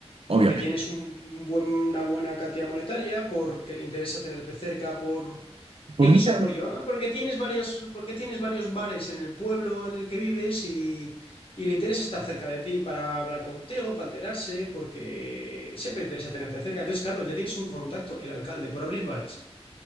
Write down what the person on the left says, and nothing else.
Porque tienes un buen- una buena cantidad monetaria, porque le interesa tenerte cerca, por
X
o por Y. Ah, porque tienes varias, porque tienes varios bares en el pueblo en el que vives y, y le interesa estar cerca de ti para hablar contigo, para enterarse, porque siempre interesa tenerte cerca. Entonces, claro, ya tienes un contacto, el alcalde, por abrir bares.